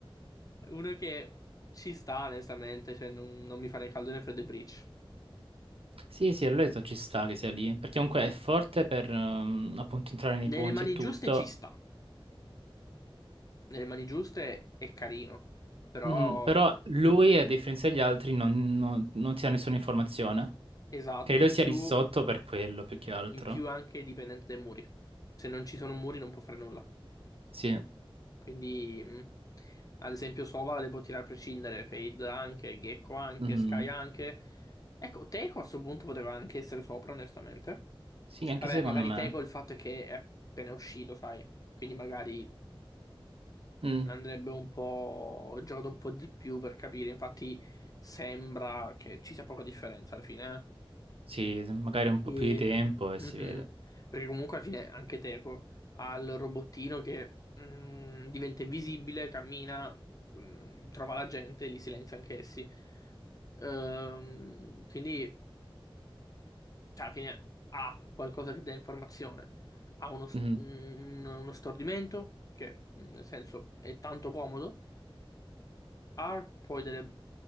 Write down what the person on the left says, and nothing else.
Uno che ci sta, onestamente, cioè non, non mi fa né caldo né freddo e Breach.
Nelle
mani
giuste ci sta. Nelle mani giuste è carino. Però,
esatto,
in
più,
in più anche è dipendente dai muri. Se non ci sono muri non può fare nulla.
Quindi, mh, ad esempio, Sova le può tirare a prescindere, Fade anche, Gecko anche,
Sky anche. Ecco, Teco a questo punto poteva anche essere sopra, onestamente.
Vabbè,
magari
Teco il fatto è che è appena uscito, sai, quindi magari
andrebbe un po' giocato un po' di più per capire. Infatti, sembra che ci sia poca differenza alla fine. eh.
E,
mhm.
Perché comunque alla fine anche Teco ha il robottino che mm, diventa invisibile, cammina, mm, trova la gente, li silenzia anch'essi. Ehm, quindi, cioè, alla fine ha qualcosa che dà informazione, ha uno, s-
un- uno stordimento, che mm, nel senso è tanto comodo, ha poi delle,